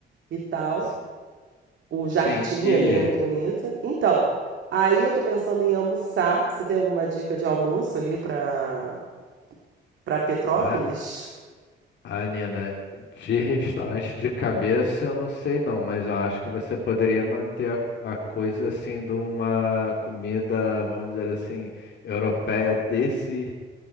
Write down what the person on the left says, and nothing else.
S-
Sim, e
ele?
A, a Nina, de restaurante de cabeça, eu não sei não, mas eu acho que você poderia manter a, a coisa assim de uma comida, vamos dizer assim, europeia desse